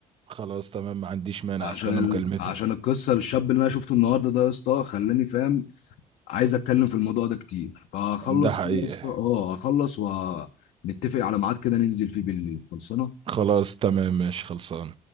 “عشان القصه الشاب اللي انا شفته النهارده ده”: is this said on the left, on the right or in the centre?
Left